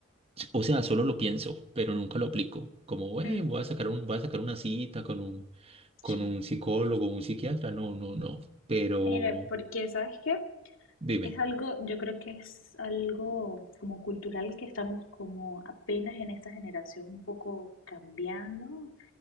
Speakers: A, on the right (about 30°); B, on the left (about 80°).
A: o sea, solo lo pienso, pero nunca lo aplico. Como, "Eh,
B: Mm,
A: voy a sacar un, voy a sacar una cita con un, con
B: sí.
A: un psicólogo, un psiquiatra. No, no, no. Pero,
B: Mira, porque ¿sabes qué?
A: dime.
B: Es algo, yo creo que es algo como cultural que estamos como apenas en esta generación un poco cambiando,